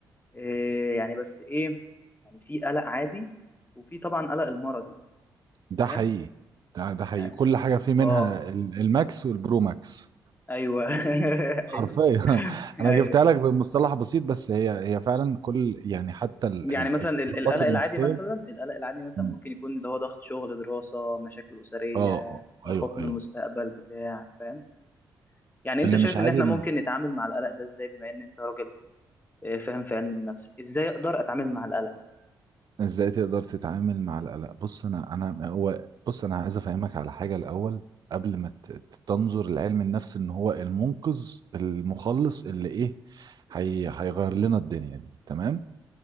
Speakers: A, on the left; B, on the right.
A: إيه يعني بس ايه يعني في قلق عادي وفي طبعا قلق المرضي
B: ده
A: فاهم
B: حقيقي ده ده حقيقي
A: يعني
B: كل حاجة فيه منها
A: اه
B: ال- الماكس والبرو ماكس
A: ايوه <laughs>
B: حرفيا
A: ايوه
B: <laughs>
A: ايوه
B: انا جبتها لك بمصطلح بسيط بس هي هي فعلا كل يعني حتى ال-
A: يعني
B: ال-
A: مثلا
B: الاضطرابات
A: ال- القلق
B: النفسيه
A: العادي مثلا القلق العادي مثلا
B: مم.
A: ممكن يكون اللي هو ضغط شغل دراسة مشاكل أسرية
B: اه اه
A: آه،
B: ايوه
A: خوف من
B: ايوه
A: المستقبل بتاع فاهم يعني انت
B: اللي
A: شايف
B: مش عادي
A: ان احنا
B: ان
A: ممكن نتعامل مع القلق ده ازاي بما ان انت راجل آه، فاهم في علم النفس ازاي اقدر اتعامل مع القلق
B: ازاي تقدر تتعامل مع القلق بص انا انا هو بص انا عايز افهمك على حاجه الاول قبل ما ت- ت- تنظر لعلم النفس ان هو المنقذ المخلص اللي ايه هي هيغير لنا الدنيا دي تمام